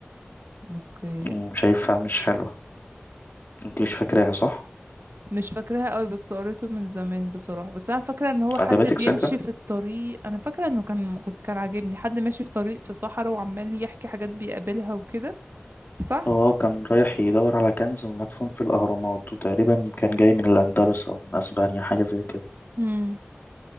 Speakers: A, on the right; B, on the left.
A: اوكي
B: مم، شايفها مش حلوه انت مش فاكراها صح
A: مش فاكراها قوي بس قريته من زمان بصراحة بس انا فاكرة ان هو حد
B: عجبتك
A: بيمشي
B: ساعتها
A: في الطريق انا فاكرة انه كان كنت كان عاجبني حد ماشي في طريق في صحراء وعمال يحكي حاجات بيقابلها وكده صح؟
B: هو كان رايح يدور على كنز مدفون في الاهرامات وتقريبا كان جاي من الاندلس او من اسبانيا حاجه زي كده
A: امم